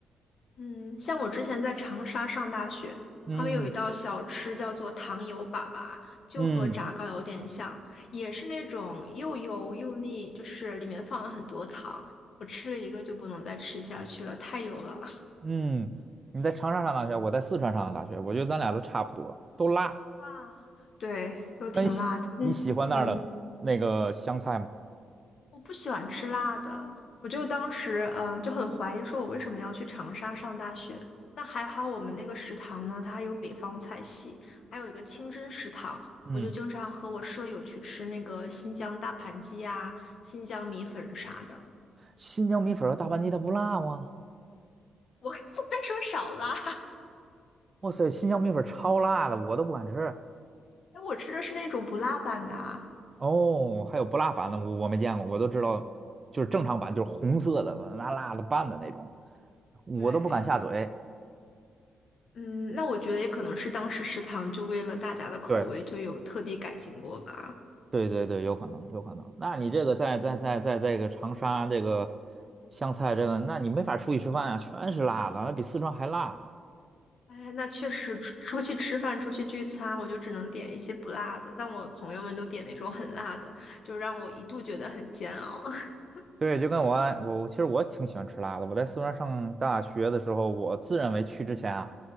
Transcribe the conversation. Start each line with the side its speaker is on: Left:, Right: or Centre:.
Left: 嗯，像我之前在长沙上大学，
Right: 嗯
Left: 他们有一道小吃叫做糖油粑粑，就和炸糕有点像，
Right: 嗯
Left: 也是那种又油又腻，就是里面放了很多糖。我吃了一个就不能再吃下去了，太油了。
Right: 嗯，你在长沙上大学，我在四川上的大学，我觉得咱俩都差不多，都辣。
Left: 啊，对，都挺辣的。
Right: 那你喜你喜欢那儿的那个香菜吗？
Left: 嗯嗯。我不喜欢吃辣的，我就当时嗯、呃就很怀疑，说我为什么要去长沙上大学。但还好我们那个食堂呢，它有北方菜系，还有一个清真食堂，
Right: 嗯。
Left: 我就经常和我舍友去吃那个新疆大盘鸡啊、新疆米粉啥的。
Right: 新疆米粉和大盘鸡它不辣吗？
Left: 嗯，我 <laughs> 应该说少辣，
Right: 哇塞，新疆米粉超辣的，我都不敢吃。
Left: 哎，我吃的是那种不辣版的啊。
Right: 哦，还有不辣版的，我我没见过，我都知道，就是正常版，就是红色的，把它拿辣的拌的那种，我都不敢下嘴。
Left: 对，嗯，那我觉得也可能是当时食堂就为了大家的口味就有特地改进过吧。
Right: 对，对对对，有可能，有可能。那你这个在在在在这个长沙这个
Left: 嗯。
Right: 湘菜这个，那你没法出去吃饭啊，全是辣的，还比四川还辣。
Left: 哎，那确实，出出去吃饭、出去聚餐，我就只能点一些不辣的。但我朋友们都点那种很辣的，就让我一度觉得很煎熬。<laughs>
Right: 对，就跟我爱我其实我挺喜欢吃辣的。我在四川上大学的时候，我自认为去之前啊，